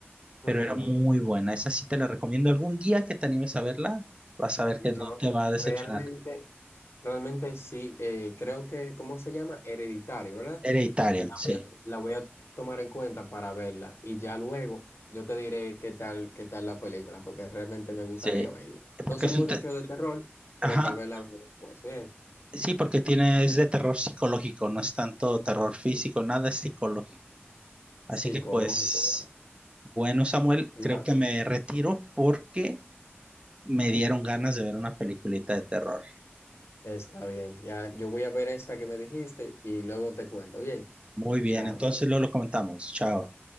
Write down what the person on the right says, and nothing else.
pero era muy buena. Esa sí te la recomiendo. Algún día que te animes a verla, vas a ver
que no te va a decepcionar.
Hereditario,
sí.
Sí,
porque
es
un te-
ajá,
sí, porque tiene, es de terror psicológico, no es tanto terror físico, nada es psicológico. Así
que pues,
bueno, Samuel,
creo que me retiro porque me dieron ganas de ver una peliculita de terror.
Muy bien,
entonces luego lo comentamos. Chao.